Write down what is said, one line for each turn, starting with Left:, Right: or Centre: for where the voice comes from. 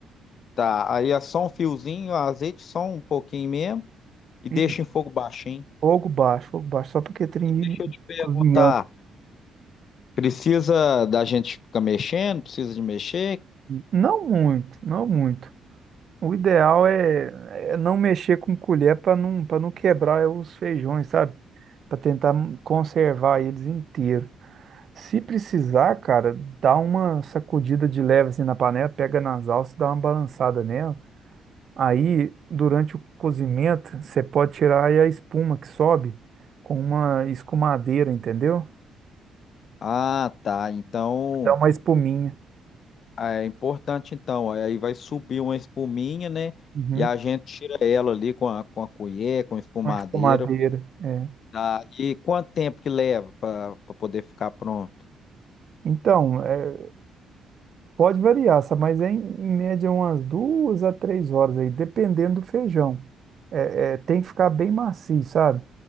Left: Tá, aí é só um fiozinho, azeite só um pouquinho mesmo e deixa
Right: E
Left: em fogo baixinho.
Right: fogo baixo, fogo baixo, só porque tem
Left: E deixa eu te perguntar,
Right: cozinhando.
Left: precisa da gente ficar mexendo? Precisa de mexer?
Right: Não muito, não muito. O ideal é, é não mexer com colher para não, para não quebrar os feijões, sabe? Para tentar conservar eles inteiros. Se precisar, cara, dá uma sacudida de leve assim na panela, pega nas alças, dá uma balançada nela. Aí, durante o cozimento, você pode tirar aí a espuma que sobe com uma escumadeira, entendeu?
Left: Ah, tá. Então
Right: Dá uma espuminha.
Left: Ah, É importante então, aí vai subir uma espuminha, né?
Right: Uhum.
Left: E a gente tira ela ali com a, com a colher, com a espumadeira.
Right: Uma escumadeira.
Left: pô.
Right: é.
Left: Tá. E quanto tempo que leva para poder ficar pronto?
Right: Então, é, pode variar, sabe? Mas é em, em média umas duas a três horas aí, dependendo do feijão. É, é, tem que ficar bem macio, sabe?